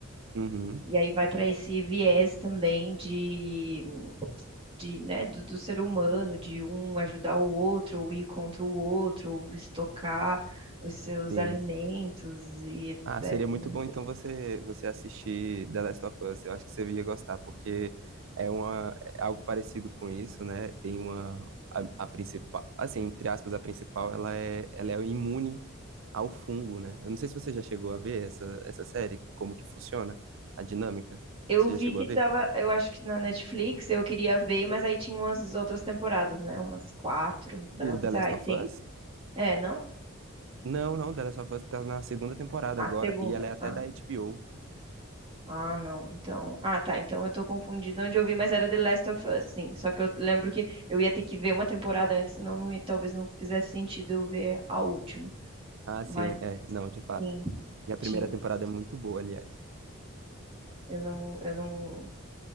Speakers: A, on the right; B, on the right.
A: Uhum.
B: e aí vai para esse viés também de, de, né, do, do ser humano, de um ajudar o outro, ou ir contra o outro, ou estocar os seus
A: Sim.
B: alimentos e etc.
A: Ah, seria muito bom então você você assistir The Last of Us. Eu acho que você ia gostar, porque é uma é algo parecido com isso, né? Tem uma a, a principal, assim, entre aspas, a principal, ela é ela é imune ao fungo, né? Eu não sei se você já chegou a ver essa essa série, como que funciona a dinâmica.
B: Eu
A: Você
B: vi
A: já chegou
B: que
A: a ver?
B: tava, eu acho que na Netflix eu queria ver, mas aí tinha umas outras temporadas, né? Umas quatro.
A: Do
B: Daí eu pensei,
A: The Last
B: ai,
A: of
B: tem.
A: Us?
B: É, não?
A: Não, não, The Last of Us tá na segunda temporada
B: Ah,
A: agora
B: segunda.
A: e ela é até
B: Ah,
A: da HBO.
B: ah, não. Então. Ah, tá. Então eu tô confundida onde eu vi, mas era The Last of Us, sim. Só que eu lembro que eu ia ter que ver uma temporada antes, senão não, ia- talvez não fizesse sentido eu ver a última.
A: Ah,
B: Mas
A: sim, é, não, de fato.
B: sim,
A: E a primeira
B: tinha.
A: temporada é muito boa, aliás.
B: Eu não, eu não,